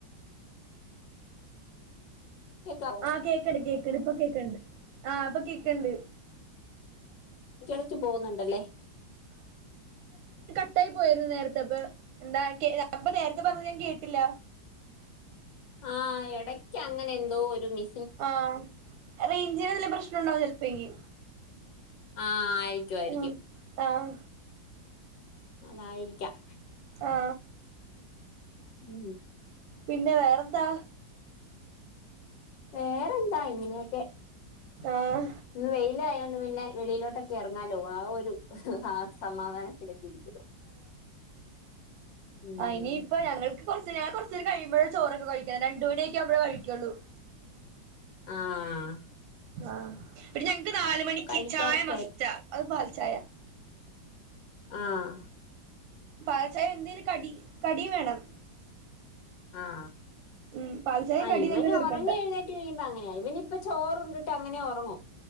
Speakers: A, on the left; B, on the right.
A: കേക്കാവോ
B: ആഹ് കേക്കട്ട കേക്ക പ്പൊ കേക്കണ്ട് ആ് അപ്പ കേ കണ്ട്
A: ഇടച്ചടച്ച പോകുന്നുണ്ടല്ലേ
B: തട്ടായി പോയിരുന്നു നേരത്തെപ്പൊ എന്താ അപ്പൊ നേരത്തെ പറഞ്ഞ ഞാൻ കേട്ടില്ല
A: ആഹ ഇടയ്ക്ക് അങ്ങനെ എന്തോ ഒരുമി
B: ആ റേഞ്ചിന്ല്ല പ്രശ്ന ഉണ്ടാവും ചിലപ്പോ എങ്കക്ക്
A: ആഹ ആയിരിക്കും ആ ആയിരിക്കും
B: ആ ആഹ
A: അതായിരിക്കാം
B: ആ
A: ഉം
B: പിന്നെ വേറെന്താ
A: വേറെന്താ ഇങ്ങനെയൊക്കെ
B: ആഹ്
A: ഇന്ന് വെയിലായോണ്ട് പിന്നെ വെളിയിലോട്ടൊ ക്കെ ഇറങ്ങാലോ ആ ഒരു ആ സമാധാനത്തിലൊക്കെ ഇരിക്കുന്നു ഉം
B: ആ ഇനിയിപ്പ ഞങ്ങൾക്ക് കുറച്ച് ഞൻ കൊറച്ചേരം കഴിയ- മ്പഴെ ചോറൊക്കെ കഴിക്കാണ് രണ്ട് മണിയൊക്കെ ആവുമ്പ കഴിക്കുള്ളൂ
A: ആഹ
B: ആഹ പിന്നെ ഞങ്ങക്ക് നാല് മണിക്ക്
A: കഴിക്കാറൊക്കെയായി
B: ചായ മസ്റ്റാ അത് പാ ചായ
A: ആഹ
B: പാൽ ച്ചായ എന്തേലും കടി കടിയ്യും വേണം
A: ആഹ
B: ഉം പാൽച്ചായയും
A: ആ
B: കടിയും
A: ഇവന്
B: ഞങ്ങക്ക് നിർബന്ധാ
A: ഉറങ്ങി എഴുന്നെറ്റു കഴിയുമ്പോ അങ്ങനെയ ഇവന് ഇപ്പൊ ചോറുയുണ്ടിട്ട് അങ്ങനെ ഉറങ്ങും